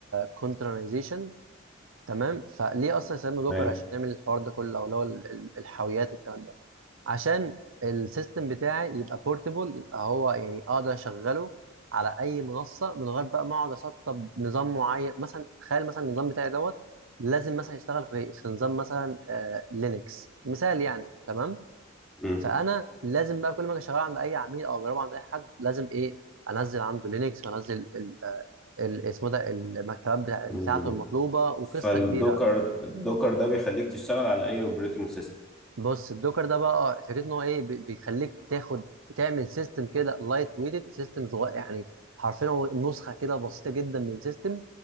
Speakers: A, on the right; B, in the centre.
A: كونترنايزيشن تمام فليه اصلا يستخدموا
B: تمام
A: دوكر عشان نعمل الحوار ده كله او اللي هو ال- ال- الحاويات والكلام ده عشان السيستم بتاعي يبقى بورتبل يبقى هو يعني اقدر اشغله على اي منصه من غير بقى ما اقعد اسطب نظام معين مثلا تخيل مثلا النظام بتاعي دوت لازم مثلا يشتغل في في نظام مثلا آه لينكس مثال يعني تمام
B: مم.
A: فانا لازم بقى كل ما اجي اشغله عند اي عميل او اجربه عند اي حد لازم ايه انزل عنده لينكس وانزل ال- آه، ال- اسمه ده المكتبات بتاع-
B: مم.
A: بتاعته المطلوبه وقصه
B: فالدوكر
A: كبيره
B: الدوكر ده بيخليك تشتغل على اي اوبريتنج سيستم
A: بص الدوكر ده بقى اه فكرته ان هو ايه بي- بيخليك تاخد تعمل سيستم كده لايت ويتد سيستم صغير يعني حرفيا هو نسخه كده بسيطه جدا من سيستم